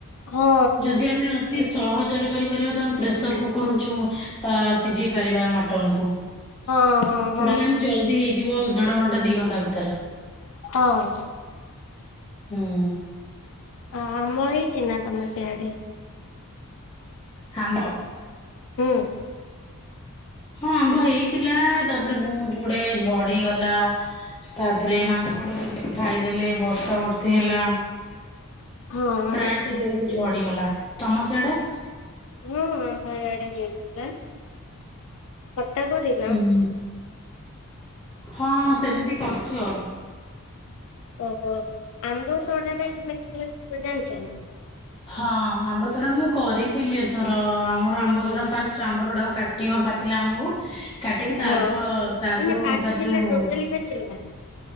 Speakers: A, on the left; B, on the left.
A: ହଁ
B: ଯଦି ଆମେ ଅ ତି ସହଜରେ କରିପାରିବା ତମେ ପ୍ରେସର କୁକର୍ ଛୁଙ୍କ ଆ ସିଝେଇ ପାରିବା ମଟନ୍ କୁ।
A: ହଁ
B: ଜଉଟା
A: ହଁ ହଁ
B: କି ଆମେ ଜଲ୍ଦି ହେଇଯିବ ଦେଢ ଘଣ୍ଟା, ଦି ଘଣ୍ଟା ଭିତରେ।
A: ଅ ଅ।
B: ଉୁଁ।
A: ଆ, ଆମ୍ବ ହେଇଛି ନା ତମ ସେଆଡେ?
B: ହାମ୍ବ।
A: ଉୁଁ।
B: ହଁ ଆମ୍ବ ହେଇଥିଲା ତାପରେ ବହୁତୁ ଗୁଡାଏ ଝଡିଗଲା। ତାପରେ ମାଙ୍କଡ ବି କିଛି ଖାଇଦେଲେ ବର୍ଷା ବର୍ଷି ହେଲା।
A: ହଁ
B: ପ୍ରାଏତ ବି ଏମିତି ଝଡିଗଲା ତମ ସିଆଡ଼େ?
A: ହୁଁ ଆମ ଇଆଡେ ହେଇଥିଲା। ଥଟା କରି
B: ହୁଁ ହୁଁ ସେମିତି କରୁଛୁ ଆଉ।
A: ଓ ଆମ୍ବ ଶଢାଟା କେମିତି ହୁଅ ଜାଣିଛନ୍ତି?
B: ହଁ ଆମ୍ବ ସଢା ମୁଁ କରିଥିଲି ଏଥର ଆମର ଆମ୍ବସଢା ଫାଷ୍ଟ ଆମ୍ବ ସଡା କା କାଟିିବ ପାଚିଲା ଆମ୍ବକୁ କାଟିକି ତା
A: ହଁ
B: ଦେର ତା
A: ମାନେ
B: ଦେରୁ
A: ପାଚିଲା
B: ତା ଯୋଉ
A: ଟୋଟାଲି ପାଚିଲା